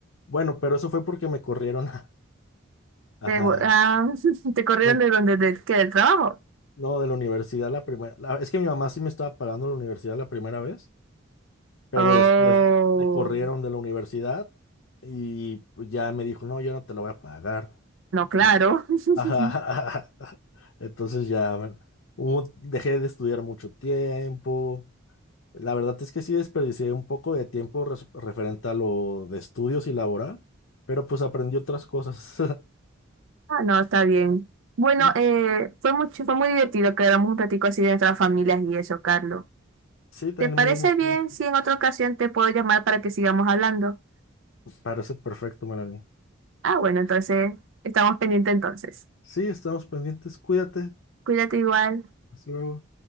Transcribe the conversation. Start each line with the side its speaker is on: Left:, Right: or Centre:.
Left: bueno, pero eso fue porque me corrieron. <laughs> Ajá.
Right: Te, bu- ah, <laughs> ¿te corrieron
Left: me-
Right: de donde, de, qué, del trabajo?
Left: no, de la universidad la primera. la- es que mi mamá sí me estaba pagando la universidad la primera vez. Pero
Right: Oh,
Left: después me corrieron de la universidad y ya me dijo, no, yo no te lo voy a pagar.
Right: no, claro.
Left: Y-
Right: <laughs>
Left: Ajá. <laughs> Entonces ya bueno, hubo- dejé de estudiar mucho tiempo. La verdad es que sí desperdicié un poco de tiempo res- referente a lo de estudios y laboral, pero pues aprendí otras cosas. <laughs>
Right: Ah, no, está bien. Bueno,
Left: Mm,
Right: eh, fue mucho, fue muy divertido quedarnos un ratico así de nuestras familias y eso, Carlos.
Left: Sí, también
Right: ¿Te parece
Left: me dio mucho
Right: bien
Left: gusto.
Right: si en otra ocasión te puedo llamar para que sigamos hablando?
Left: Parece perfecto, Melanie.
Right: Ah, bueno, entonces estamos pendientes entonces.
Left: Sí, estamos pendientes. Cuídate.
Right: Cuídate igual.
Left: Hasta luego.